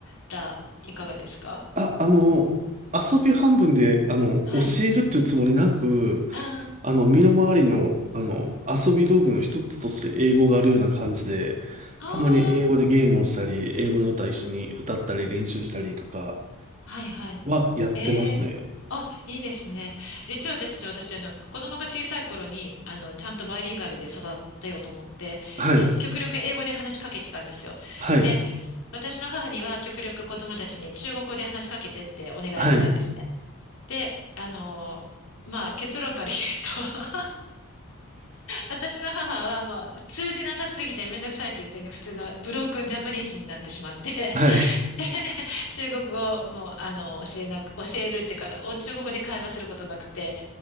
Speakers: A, on the left; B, on the right.
A: らいかがですか
B: あ、あの、遊び半分で、あの、
A: はい。
B: 教えるっていうつもりなく、
A: あ
B: あの、身の回りの、あの、遊び道具の一つとして英語があるような感じで、
A: あ、ああ、
B: たまに英語でゲームをしたり、英語の歌一緒に歌ったり練習したりとか
A: はいはい。
B: はやってますね。
A: ええあ、いいですね。実はですね、私、あの、子供が小さい頃に、あの、ちゃんとバイリンガルで育てようと思って、
B: はい、
A: え、極力英語で話しかけてたんですよ。
B: はい、
A: で、私の母には極力子供たちに中国語で話しかけてってお願いしてたんですね。
B: はい、
A: で、あの、まあ結論から言うと <laughs> 私の母はもう通じなさすぎてめんどくさいって言ってね、普通のブロークンジャパニーズになってしまって
B: はい、
A: <laughs> で中国語をもうあの教えなく、教えるっていうか、お中国語で会話することなくて、